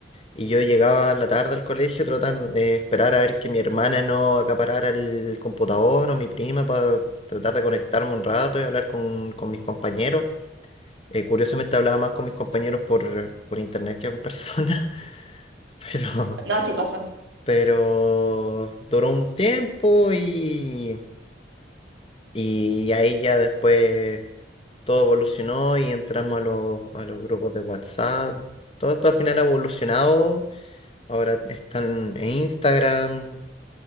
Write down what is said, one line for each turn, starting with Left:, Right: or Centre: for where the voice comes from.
Left: y yo llegaba a la tarde al colegio tratar de esperar a ver que mi hermana no acaparara el computador o mi prima para tratar de conectarme un rato y hablar con, con mis compañeros. Eh, curiosamente hablaba más con mis compañeros por, por internet que en persona, <laughs> pero,
Right: No, así pasó.
Left: pero duró un tiempo y... Y ahí ya después todo evolucionó y entramos a los, a los grupos de WhatsApp. Todo esto al final ha evolucionado. Ahora están en Instagram,